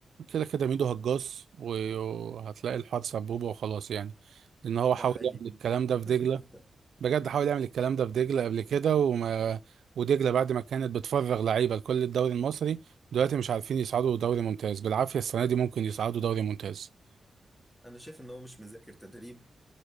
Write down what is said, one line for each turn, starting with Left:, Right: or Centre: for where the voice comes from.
Right: كده كده ميدو هجاص و- وهتلاقي الحوار سبوبة وخلاص يعني لأن هو
Centre: ده
Right: حاول
Centre: حقيقي
Right: يعمل الكلام ده في دجلة
Centre: <laughs>
Right: بجد حاول يعمل الكلام ده في دجلة قبل كده وما ودجلة بعد ما كانت بتفرغ لعيبة لكل الدوري المصري دلوقتي مش عارفين يصعدوا دوري ممتاز بالعافية السنة دي ممكن يصعدوا دوري ممتاز
Centre: انا شايف ان هو مش مذاكر تدريب